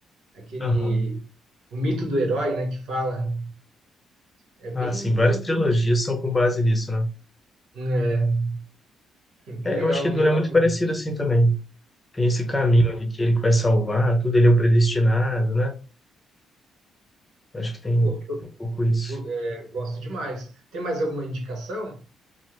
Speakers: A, on the right; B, on the left.
A: aquele,
B: aham.
A: o mito do herói, né, que fala, é bem,
B: Ah, sim, várias
A: bem, naquele
B: trilogias são com base nisso, né?
A: é, que
B: É,
A: legal,
B: eu acho que Duna
A: que legal
B: é muito
A: mesmo.
B: parecido assim também. tem esse caminho ali que ele que vai salvar, tudo, ele é o predestinado, né? Acho que tem
A: Pô, que eu
B: um pouco
A: go-
B: isso.
A: é, gosto demais. Tem mais alguma indicação?